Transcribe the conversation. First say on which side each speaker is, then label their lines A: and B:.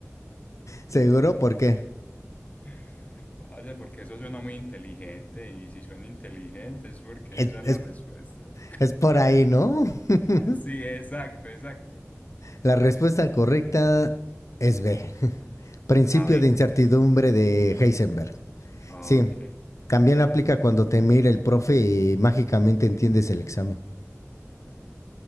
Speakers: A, on the left (about 75°); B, on the left (about 30°).
A: Seguro, ¿por qué?
B: <laughs> vale, porque eso suena muy inteligente y si suena inteligente es porque
A: Es,
B: esa es
A: es,
B: la respuesta. <laughs>
A: es por ahí, ¿no? <laughs>
B: Sí, exacto, exacto.
A: La respuesta correcta es B. <laughs> Principio
B: La B,
A: de incertidumbre de Heisenberg.
B: ok.
A: Sí, también aplica cuando te mira el profe y mágicamente entiendes el examen.